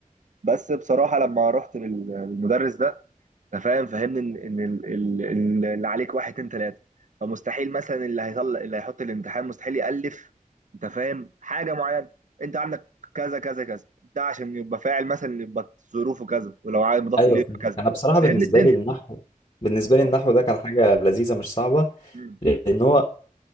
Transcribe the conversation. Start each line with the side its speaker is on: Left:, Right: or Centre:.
Right: بس بصراحه لما رحت لل- للمدرس ده فاهم فهمني ان ان ال- ال- ال- اللي عليك واحد اتنين تلاته فمستحيل مثلا اللي هيطلع اللي هيحط الامتحان مستحيل يالف انت فاهم حاجه معينه انت عندك كذا كذا كذا ده عشان يبقى فاعل مثلا يبقى ظروفه كذا ولو عايز مضاف
Left: ايوه
Right: اليه يبقى
Left: فهمتك
Right: كذا
Left: انا بصراحه
Right: فهمني
Left: بالنسبه
Right: الدنيا
Left: لي النحو بالنسبه لي
Right: اه.
Left: النحو ده كان حاجه لذيذه مش صعبه
Right: مم.
Left: لان هو